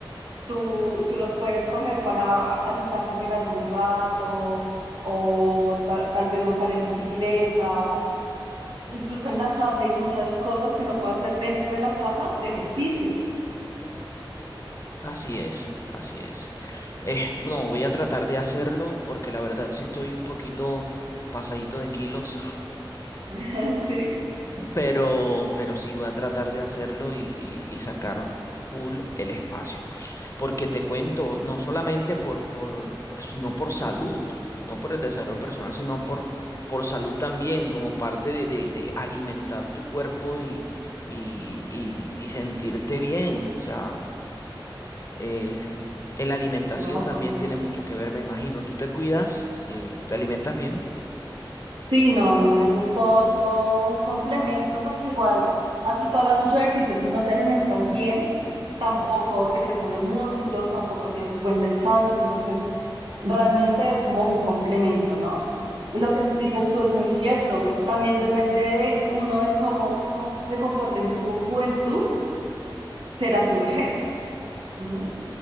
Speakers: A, on the right; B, on the left.
A: tú, tú los puedes coger para, así sea, caminar un rato o ta- tal vez montar en bicicleta. Incluso en la casa hay muchas cosas que uno puede hacer dentro de la casa de ejercicio.
B: Así es, así es. Eh, no, voy a tratar de hacerlo porque la verdad sí estoy un poquito pasadito de kilos.
A: <laughs> Sí,
B: Pero, pero sí voy a tratar de hacerlo y, y- y sacar full el espacio. Porque te cuento, no solamente por, por, sino por salud, no por el desarrollo personal, sino por, por salud también, como parte de, de, de alimentar tu cuerpo y, y, y, y sentirte bien. O sea, eh, la alimentación
A: no,
B: también
A: completamente.
B: tiene mucho que ver, me imagino. ¿Tú te cuidas? Eh, ¿te alimentas bien?
A: Sí, no, no, eso es todo, todo un complemento porque igual, así tú hagas mucho ejercicio, si no te alimentas bien, tampoco te crecen los músculos, tampoco tienes buen descanso, entonces realmente es como un complemento, ¿no? Y lo que dices tú es muy cierto, también depende de uno de cómo, cómo se comporta en su juventud, será su vejez, ¿no?